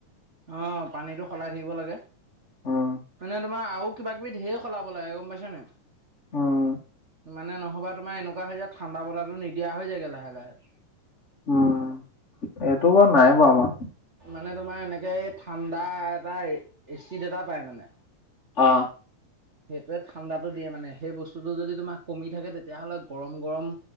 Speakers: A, on the right; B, on the left.
A: আহ পানীতটো সলাই থাকিব লাগে।
B: উম
A: মানে তোমাৰ আৰু কিবা কিবি ধঢেৰ সলাব লাগে গম পাইছা নাই।
B: হম।
A: মানে নহ'বা তোমাৰ এনেকুৱা হৈ যে ঠাণ্ডা বতাহটো নিদিয়া হৈ যায়ে লাহে লাহে।
B: উম, এইটো বাৰু নাই বাৰু আমাৰ।
A: মানে তোমাৰ এনেকে ঠাণ্ডা এটা এচিড এটা পায় মানে।
B: অ।
A: সেইটোৱে ঠাণ্ডাতটো দিয়ে মানে সেই বস্তুটো যদি তোমাক কমি থাকে তেতিয়াহ'লে গৰম গৰম।